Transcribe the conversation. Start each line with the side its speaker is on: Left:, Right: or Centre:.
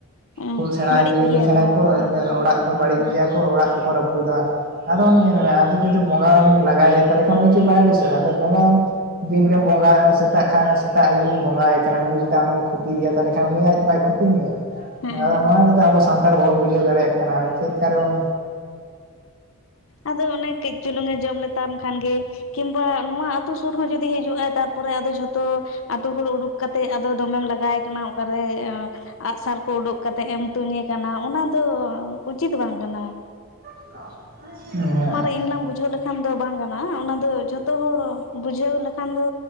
Left: ᱦᱮᱸ
Right: ᱠᱷᱩᱵᱽ ᱥᱮᱬᱟ
Left: ᱵᱟᱹᱲᱤᱡ
Right: ᱡᱤᱭᱟᱹᱞᱤ
Left: ᱜᱮᱭᱟ
Right: ᱠᱟᱱᱟ ᱠᱚ ᱮᱱ
Left: ᱦᱮᱸ
Right: ᱚᱲᱟᱜ ᱠᱚ ᱵᱟᱹᱲᱤᱡ ᱜᱮᱭᱟ ᱠᱚ ᱚᱲᱟᱜ ᱠᱚᱠᱚ ᱨᱟᱹᱯᱩᱼᱫᱟ ᱟᱫᱚ ᱢᱮᱱᱼᱫᱟ ᱟᱫᱚ ᱡᱩᱫᱤ ᱵᱚᱸᱜᱟᱢ ᱞᱟᱜᱟᱭᱮᱭᱟ ᱛᱟᱦᱚᱞᱮ ᱠᱷᱟᱱ ᱩᱱᱤ ᱠᱤ ᱵᱟᱭ ᱟᱹᱲᱤᱥᱚᱜᱼᱟ ᱟᱫᱚ ᱵᱚᱸᱜᱟ ᱫᱤᱱᱜᱮ ᱵᱚᱸᱜᱟ ᱥᱮᱛᱟᱜ ᱠᱷᱟᱱ ᱥᱮᱛᱟᱜ ᱟᱹᱭᱩᱵᱮᱢ ᱵᱚᱸᱜᱟᱭᱮ ᱠᱟᱱᱟ ᱩᱱᱤ ᱡᱩᱫᱤ ᱟᱢᱮᱢ ᱠᱷᱚᱛᱤᱭᱮᱭᱟ ᱛᱟᱦᱚᱞᱮ ᱠᱷᱟᱱ ᱩᱱᱤᱭᱟᱜ ᱵᱟᱭ ᱠᱷᱚᱛᱤ ᱢᱮᱭᱟ,
Left: ᱦᱮᱸ
Right: ᱟᱫᱚ
Left: ᱦᱮᱸ
Right: ᱱᱚᱣᱟ ᱤᱭᱟᱹᱛᱮ ᱥᱟᱱᱛᱟᱲ ᱵᱟᱵᱚᱱ ᱵᱩᱡᱷᱟᱹᱣ ᱫᱟᱲᱮᱭᱟᱜ ᱠᱟᱱᱟ ᱪᱮᱫᱠᱟ ᱨᱮᱵᱚᱱ
Left: ᱟᱫᱚ ᱚᱱᱮ ᱠᱟᱹᱡ ᱪᱩᱞᱩᱝᱼᱮ ᱡᱚᱢ ᱞᱮ ᱛᱟᱢ ᱠᱷᱟᱱ ᱜᱮ, ᱠᱤᱢᱵᱟ ᱱᱚᱣᱟ ᱟᱹᱛᱩ ᱥᱩᱨ ᱦᱚᱸ ᱡᱚᱫᱤ ᱦᱤᱡᱩᱜᱼᱟ ᱛᱟᱨᱯᱚᱨᱮ ᱟᱫᱚ ᱡᱷᱚᱛᱚ ᱟᱛᱳ ᱦᱚᱲ ᱩᱰᱩᱠ ᱠᱟᱛᱮᱜ ᱟᱫᱚ ᱫᱚᱢᱮᱢ ᱞᱟᱜᱟᱭᱮ ᱠᱟᱱᱟ ᱚᱠᱟᱨᱮ ᱟᱜᱼᱥᱟᱨ ᱠᱚ ᱩᱰᱩᱠ ᱠᱟᱛᱮᱫ ᱮᱢ ᱛᱩᱧᱤ ᱠᱟᱱᱟ ᱚᱱᱟ ᱫᱚ ᱩᱪᱤᱛ ᱵᱟᱝ ᱠᱟᱱᱟ
Right: ᱦᱮᱸ <unintelligible>
Left: ᱛᱤᱱ ᱞᱟᱝ ᱵᱩᱡᱷᱟᱹᱣ ᱞᱮᱠᱷᱟᱱ ᱫᱚ ᱵᱟᱝ ᱜᱟᱱᱚᱼᱟ, ᱚᱱᱟ ᱫᱚ ᱡᱷᱚᱛᱚ ᱦᱚᱲ ᱵᱩᱡᱷᱟᱹᱣ ᱞᱮᱠᱷᱟᱱ ᱫᱚ